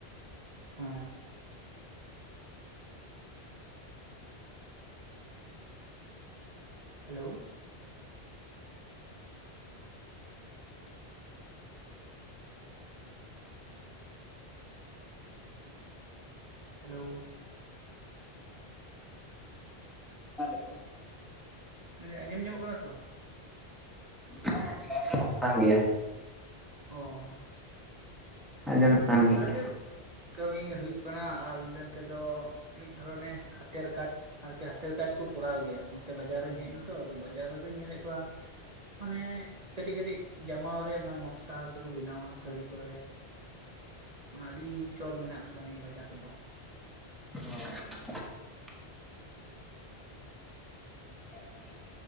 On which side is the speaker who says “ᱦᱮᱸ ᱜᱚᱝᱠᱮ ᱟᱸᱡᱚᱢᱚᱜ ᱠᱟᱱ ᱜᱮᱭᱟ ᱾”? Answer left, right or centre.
Centre